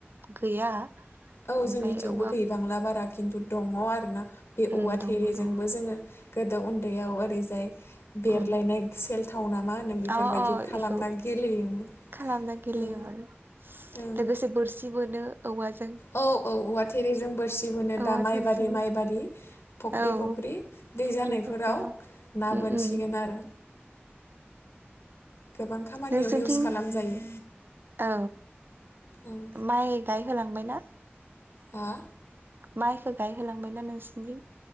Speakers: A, on the right; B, on the left.
A: गैया।
B: औ
A: ओमफ्राय
B: जोंनिथिंबो
A: औवा
B: गैबांला बारा खिन्थु दङ आरोना। बे
A: उम
B: औवा थेरेजोंबो
A: दङ दङ
B: जोङो गोदो उन्दैयाव ओरैजाय बेरलायनाय
A: उम
B: सेलथाव नामा होनो बेफोरबायदि
A: अ अ
B: खालामना
A: इखौ
B: गेलेयोमोन।
A: खालामना गेलेयोमोन
B: ओं ओं
A: लोगोसे बोरसि बोनो। औवाजों
B: औ औ औवा थेरेजों बोरसि बोनो
A: औवा
B: दा माइबारि
A: थेरजोंनो
B: माइबारि। फख्रि
A: औ
B: फख्रि दै
A: फुख्रि
B: जानायफोराव
A: फुख्रियाव
B: ना
A: उम
B: बोनसिगोन
A: उम
B: आरो। गोबां खामानियाव
A: नोंसोरथिं
B: इउस खालामजायो।
A: औ
B: ओं
A: माइ गायहोलांबायना?
B: हा
A: माइखौ गायहोलांबायना नोंसिनिथिं?